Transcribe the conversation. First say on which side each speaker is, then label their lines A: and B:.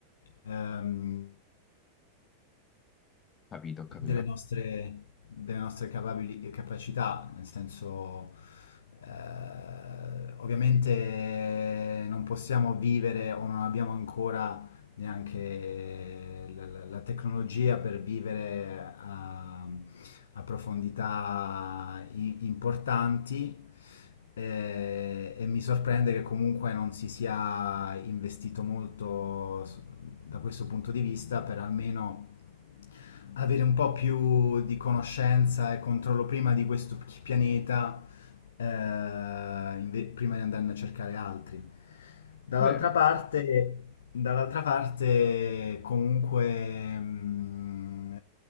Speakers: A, on the left; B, on the left.
A: ehm,
B: Capito, ho capito.
A: delle nostre, delle nostre capabili- capacità, nel senso, eh, ovviamente non possiamo vivere o non abbiamo ancora neanche la, la- la tecnologia per vivere a, a profondità i- importanti. eh, E, mi sorprende che comunque non si sia investito molto s- da questo punto di vista per almeno avere un po' più di conoscenza e controllo prima di questo p- pianeta, eh, inve- prima di andarne a cercare altri. Dall'altra
B: Vero?
A: parte, dall'altra parte comunque mh,